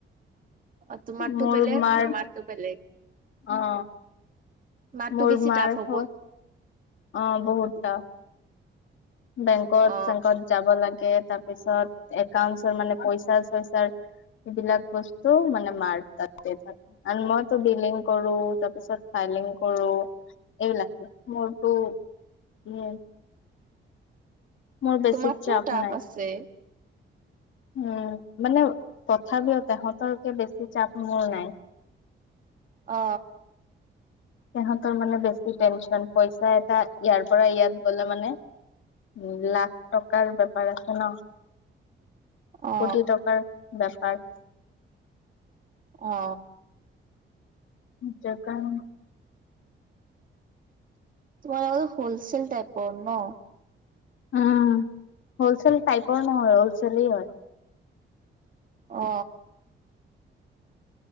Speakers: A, on the right; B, on the left.
A: অ তোমাৰতো
B: মোৰ
A: বেলেগ
B: মাৰ
A: তোমাৰ মাৰটো বেলেগ।
B: অ
A: মাৰটো
B: মোৰ
A: বেছি
B: মাৰ
A: টাফ হ'ব।
B: হ অ বহুত দাম। বেংকত-চেংকত
A: অ
B: যাব লাগে তাৰ পিছত একাউন্টচৰ মানে পইচা-চইছাৰ এইবিলাক বস্তু মানে মাৰ তাতে থাক কাৰণ মইটো বিলিং কৰো তাৰপিছত ফাইলিং কৰো। এই বিলাক মোৰটো উ মোৰ বেছি
A: তোমাৰটোও
B: চাপ
A: টাফ
B: নাই
A: আছে।
B: উম, মানে তথাপিওঁ তেহঁতৰকে বেছি টাফ মোৰ নাই।
A: অ।
B: তেহঁতৰ মানে বেছি টেনচন পইচা এটা ইয়াৰ পৰা ইয়াত গ'লে মানে উম লাখ টকাৰ বেপাৰ আছে ন।
A: অ
B: কোটি টকাৰ বেপাৰ।
A: অ।
B: নিজৰ কাৰণে
A: তোমালোকৰটো হোলচেল টাইপৰ ন?
B: অ হোলচেল টাইপৰ নহয় হোলচেলেই হয়।
A: অ।